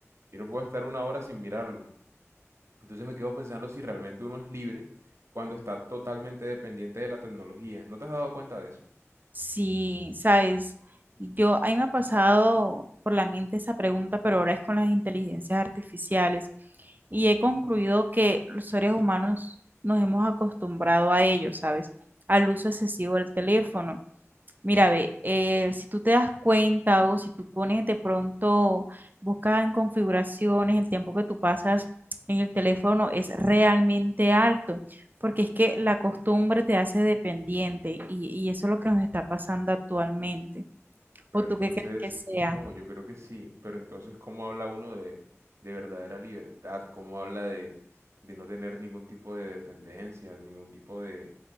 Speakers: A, on the right; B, on the right.
A: Yo no puedo estar una hora sin mirarlo. Entonces me quedo pensando si realmente uno es libre cuando está totalmente dependiente de la tecnología. ¿No te has dado cuenta de eso?
B: Sí, sabes, yo ahí me ha pasado por la mente esa pregunta, pero ahora es con las inteligencias artificiales y he concluido que los seres humanos nos hemos acostumbrado a ello, ¿sabes? Al uso excesivo del teléfono. Mira, ve, eh, si tú te das cuenta o si tú pones de pronto, buscas en configuraciones, el tiempo que tú pasas en el teléfono es realmente alto, porque es que la costumbre te hace dependiente y, y eso es lo que nos está pasando actualmente.
A: Pero
B: ¿O tú
A: entonces,
B: qué crees que sea?
A: no, yo creo que sí, pero entonces, ¿cómo habla uno de, de verdadera libertad? ¿Cómo habla de, de no tener ningún tipo de dependencia, ningún tipo de,